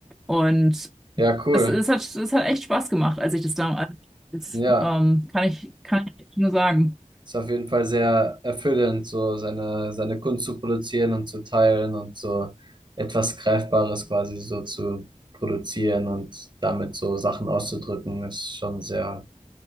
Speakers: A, in the centre; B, on the right.
A: und
B: ja, cool.
A: es, es hat, es hat echt Spaß gemacht, als ich das damals,
B: Ja,
A: ähm, kann ich, kann ich nur sagen.
B: ist auf jeden Fall sehr erfüllend, so seine, seine Kunst zu produzieren und zu teilen und so etwas Greifbares quasi so zu produzieren und damit so Sachen auszudrücken, ist schon sehr,